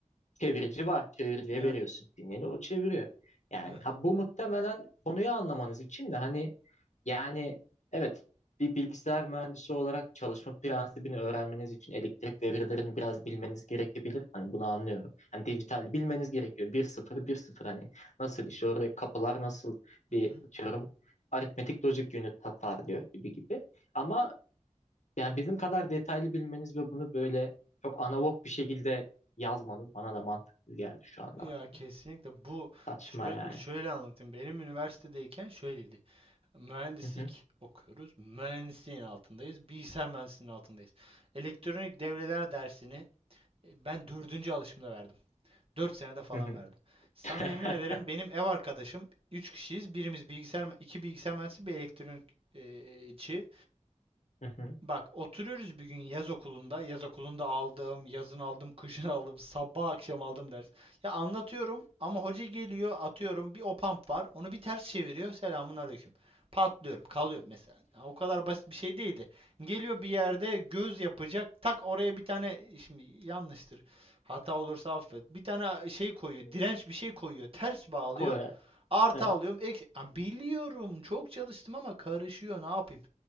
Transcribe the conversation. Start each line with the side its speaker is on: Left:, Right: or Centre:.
Left: çevirici var çeviriciye
Right: Yani,
Left: veriyorsun sinyali o çeviriyor. Yani
Right: yani.
Left: ha, bu muhtemelen konuyu anlamanız için de hani yani evet bir bilgisayar mühendisi olarak çalışma prensibini öğrenmeniz için elektrik devrelerini biraz bilmeniz gerekebilir. Hani bunu anlıyorum. Hani dijital bilmeniz gerekiyor. Bir sıfır, bir sıfır. hani nasıl işliyor, oradaki kapılar nasıl
Right: hı
Left: bir
Right: hı.
Left: atıyorum. Aritmetik logic unit tasar diyor gibi gibi. Ama yani bizim kadar detaylı bilmeniz ve bunu böyle çok analog bir şekilde yazmanız bana da mantıklı geldi şu anda.
Right: Ya kesinlikle bu
Left: Saçma
Right: şöyle,
Left: yani.
Right: şöyle anlatayım. Benim üniversitedeyken şöyleydi. Mühendislik
Left: Hı hı.
Right: okuyoruz. Mühendisliğin altındayız. Bilgisayar mühendisliğinin altındayız. Elektronik devreler dersini e, ben dördüncü alışımda verdim. Dört senede falan
Left: Hı hı.
Right: verdim. Sana
Left: <laughs>
Right: yemin ederim benim ev arkadaşım üç kişiyiz. Birimiz bilgisayar, iki bilgisayar mühendisi, bir elektronikçi.
Left: Hı hı.
Right: Bak oturuyoruz bir gün yaz okulunda. Yaz okulunda aldım, yazın aldım, <laughs> kışın aldım, sabah akşam aldım ders. Ya anlatıyorum ama hoca geliyor atıyorum bir o pump var. Onu bir ters çeviriyor. Selamun aleyküm. Patlıyorum, kalıyorum mesela. Ya o kadar basit bir şey değildi. Geliyor bir yerde göz yapacak. Tak oraya bir tane şimdi yanlıştır. Hata olursa affet. Bir tane şey koyuyor.
Left: Hmm.
Right: Direnç bir şey koyuyor. Ters bağlıyor.
Left: Koy.
Right: Artı
Left: Evet.
Right: alıyorum. Ek... Ya biliyorum. Çok çalıştım ama karışıyor. Ne yapayım?